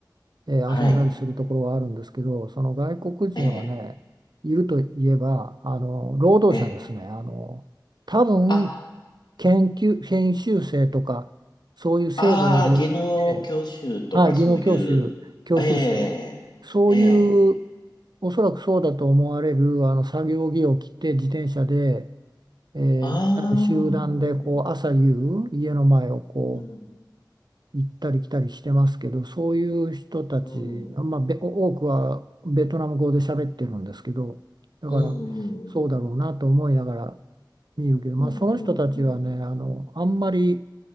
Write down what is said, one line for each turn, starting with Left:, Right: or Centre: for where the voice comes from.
Right: えー遊んだりするところはあるんですけど、
Left: はい。
Right: その外国人はね、
Left: ええ、
Right: いるといえば、あの、労働者ですね。
Left: ええ。
Right: あの、多分、
Left: あ、
Right: 研究、研修生とか、そういう制度を利用して、
Left: ああ、技能教習とかそういう、
Right: はい、技能教習、教習生、
Left: ええ、
Right: そういう、
Left: ええ。
Right: おそらくそうだと思われるあの作業着を着て自転車で、えーみんなで集団でこう朝夕家の前をこ
Left: ああ、うん、うん、
Right: う行ったり来たりしてますけどそういう人たち、
Left: うん、うん、
Right: まあ、べ多くはベトナム語で喋ってるんですけどだから
Left: うん、
Right: そうだろうなと思いながら見るけど、
Left: うん、
Right: まあ、その人たちはねあのあんまり
Left: うん。